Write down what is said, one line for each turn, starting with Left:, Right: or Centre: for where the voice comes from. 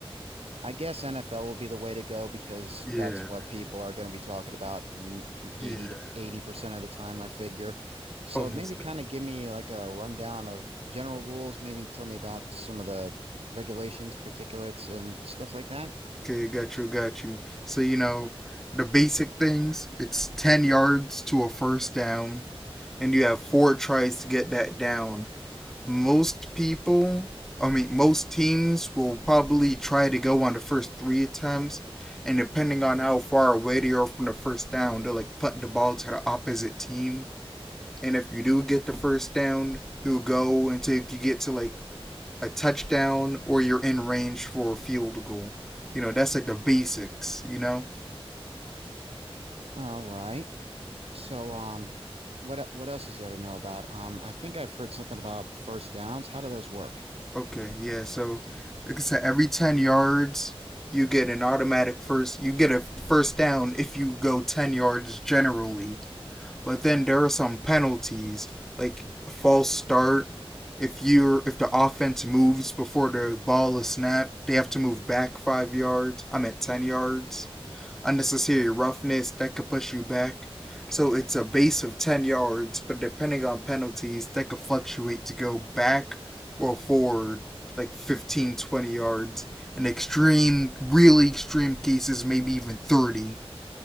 Right: I guess NFL will be the way to go because
Centre: Yeah,
Right: that's what people are going to be talking about n- 80
Centre: Yeah.
Right: to 80% of the time, I figure. So
Centre: Oh, most
Right: maybe kind of give me like a rundown of general rules, maybe tell me about some of the regulations, particulates, and stuff like that.
Centre: Okay, got you, got you. So, you know, the basic things it's 10 yards to a first down, and you have four tries to get that down. Most people, I mean, most teams will probably try to go on the first three attempts, and depending on how far away they are from the first down, they'll like punt the ball to the opposite team. And if you do get the first down, you'll go until you get to like a touchdown or you're in range for a field goal. You know, that's like the basics, you know?
Right: All right. So um what e- what else is there to know about? Um I think I've heard something about first downs. How do those work?
Centre: Okay, yeah, so like I said, every 10 yards, you get an automatic first, you get a first down if you go 10 yards generally. But then there are some penalties, like a false start. If you're if the offense moves before the ball is snapped, they have to move back five yards. I'm at ten yards unnecessary roughness that could push you back. So it's a base of 10 yards, but depending on penalties, that could fluctuate to go back or forward like 15, 20 yards. In extreme, really extreme cases, maybe even 30.